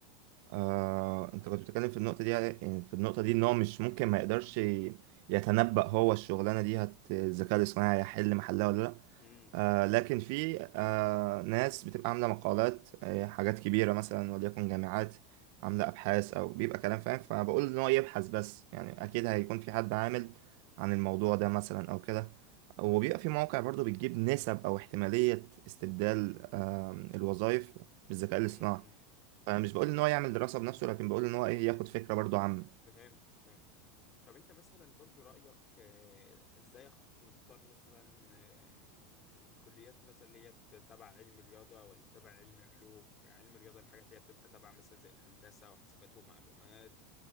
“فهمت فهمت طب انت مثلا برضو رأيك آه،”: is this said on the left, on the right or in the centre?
Left